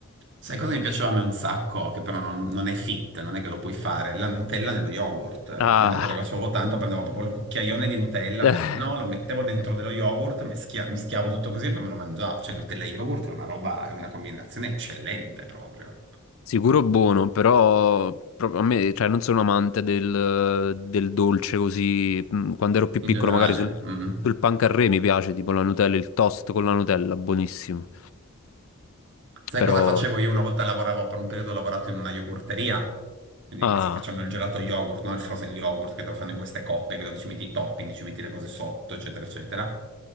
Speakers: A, on the right; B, on the left.
A: Sai cosa mi piaceva a me un sacco? Che però non, non è fit, non è che lo puoi fare. La Nutella nello yogurt.
B: Ah,
A: Io una cosa che facevo tanto, prendevo proprio il cucchiaione di Nutella
B: <laughs>
A: pieno, lo mettevo dentro dello yogurt, meschia- mischiavo tutto così e poi me lo mangiavo. Cioè Nutella e yogurt è una roba, è una combinazione eccellente proprio,
B: Sicuro buono, però pro- a me, cioè, non sono amante del, del dolce così. mm, Quando ero più
A: in
B: piccolo,
A: generale.
B: magari sul,
A: Mm.
B: sul pan carré mi piace, tipo la Nutella, il toast con la Nutella, buonissimo.
A: Sai
B: Però,
A: cosa facevo io? Una volta lavoravo, per un periodo ho lavorato in una yogurteria, quindi
B: ah,
A: questi che facevano il gelato yogurt, no? Il frozen yogurt, che te lo fanno in queste coppe dove ci metti i topping, ci metti le cose sotto, eccetera, eccetera.